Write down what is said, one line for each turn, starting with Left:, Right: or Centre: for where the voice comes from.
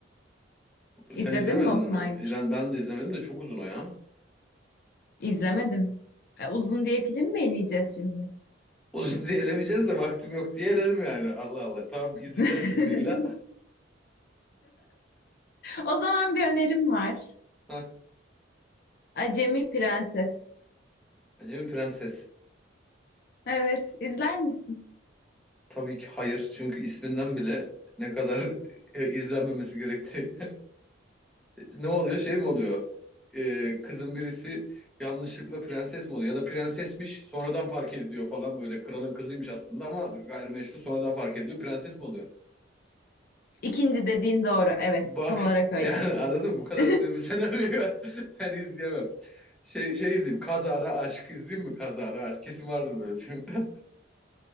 Centre: Sen
Left: İzledin
Centre: izlemedin
Left: mi Oppenheimer?
Centre: mi? Ben, ben de izlemedim de çok uzun o ya.
Left: İzlemedim. E, uzun diye film mi eleyeceğiz şimdi?
Centre: O <laughs> diye elemeyeceğiz de vaktim yok diye elerim yani. Allah Allah. Tamam izleyeceğiz
Left: <laughs>
Centre: bir gün illa.
Left: O zaman bir önerim var.
Centre: Hah.
Left: Acemi Prenses.
Centre: Acemi Prenses.
Left: Evet, izler misin?
Centre: Tabii ki hayır. Çünkü isminden bile ne kadar <laughs> e, izlenmemesi gerektiği ne oluyor? Şey mi oluyor? Ee, kızın birisi yanlışlıkla prenses mi oluyor? Ya da prensesmiş sonradan fark ediliyor falan böyle. Kralın kızıymış aslında ama gayrimeşru sonradan fark ediliyor. Prenses mi oluyor?
Left: İkinci dediğin doğru. Evet,
Centre: Bak
Left: tam olarak
Centre: <laughs>
Left: öyle.
Centre: yani anladın mı? Bu
Left: <laughs>
Centre: kadar sığ bir senaryoyu ben, <laughs> ben izleyemem. Şey, şey izleyeyim. Kazara Aşk izleyeyim mi? Kazara Aşk. Kesin vardır böyle bir film. <laughs>